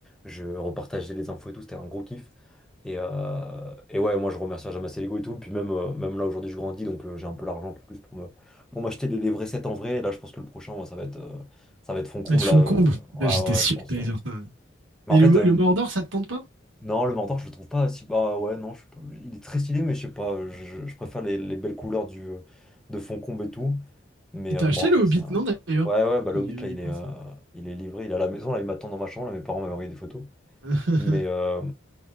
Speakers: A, in the centre; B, on the right.
A: je repartageais les infos et tout. C'était un gros kiff. Et, euh, et ouais, moi je remercie jamais assez l'ego et tout. Puis même, euh, même là aujourd'hui je grandis donc euh, j'ai un peu l'argent pour plus pour me, on m'a acheté les, les vrais sets en vrai, et là je pense que le prochain, moi, ça va être, euh, ça va être fond comble,
B: Elles te font
A: là. euh,
B: combe.
A: ouais,
B: Là, j'étais sûr
A: ouais, je pense.
B: que t'allais
A: euh.
B: dire ça.
A: Mais
B: Et
A: en
B: le,
A: fait, euh,
B: le Mordor, ça te tente pas?
A: non, le mentor, je le trouve pas si. Bah ouais, non, je- il est très stylé, mais je sais pas, euh, je, je préfère les, les belles couleurs du, euh, de fond comble et tout. Mais
B: T'as
A: euh,
B: acheté
A: bon, après,
B: le Hobbit,
A: c'est un.
B: non, d'ailleurs?
A: Ouais, ouais, bah
B: Parce
A: le Hobbit,
B: qu'on y, on
A: là,
B: y
A: il
B: pense.
A: est, euh,
B: ouais.
A: il est livré, il est à la maison, là, il m'attend dans ma chambre, là, mes parents m'avaient envoyé des photos.
B: <laughs>
A: Mais, euh,